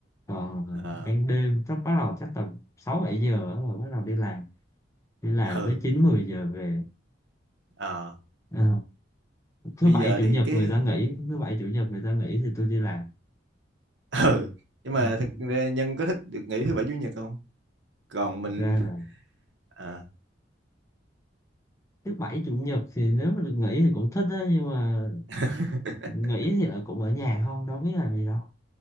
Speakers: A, on the left (about 15°); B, on the right (about 75°).
A: Còn ờ,
B: à,
A: ban đêm chắc bắt đầu chắc tầm 6 7 giờ á, rồi bắt đầu đi làm. Đi làm
B: ừ
A: tới 9 10 giờ về.
B: à.
A: Ờ, thứ
B: bây
A: bảy
B: giờ
A: chủ
B: thì
A: nhật
B: cái
A: người ta nghỉ thứ bảy chủ nhật người ta nghỉ thì tôi đi làm
B: <laughs> ừ nhưng
A: <laughs>
B: mà thực ra Nhân có thích được nghỉ thứ bảy chủ nhật không còn mình
A: thực ra là
B: à,
A: thứ bảy chủ nhật thì nếu mà được nghỉ thì cũng thích á nhưng mà
B: <laughs>
A: nghỉ thì ở- cũng ở nhà không đâu biết làm gì đâu